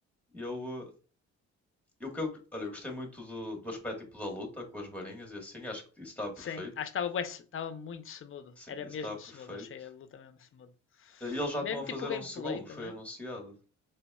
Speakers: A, in the centre; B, on the left.
A: Eu, eh, E o que eu, olha, eu gostei muito do, do aspecto tipo da luta com as varinhas e assim, acho que isso está perfeito.
B: Sim, acho que estava bué se- estava muito smooth.
A: Sim,
B: Era
A: isso
B: mesmo
A: está perfeito.
B: smooth, achei a luta mesmo smooth.
A: E eles já
B: Mesmo
A: estão a fazer
B: tipo o gameplay,
A: um segundo,
B: tá,
A: foi
B: né?
A: anunciado.